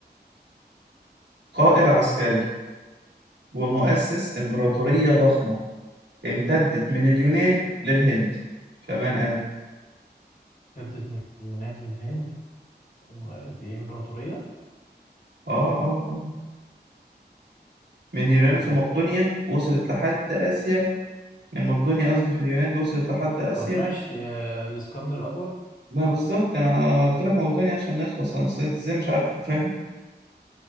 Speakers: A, on the right; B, on the left.
A: قائد عسكري ومؤسس إمبراطورية ضخمة امتدت من اليونان للهند فمن أنا؟
B: ردت مليونات للهند ودي إمبراطورية
A: آه آه آه من اليونان
B: أوه.
A: في مقدونيا وصلت لحد آسيا من مقدونيا قصدي في اليونان وصلت لحد آسيا
B: طب ماشي يا الإسكندر الأكبر
A: ما بالظبط أنا قلت لك مقدونيا عشان نخلص أنا أصل أنت إزاي مش عارفه فاهم؟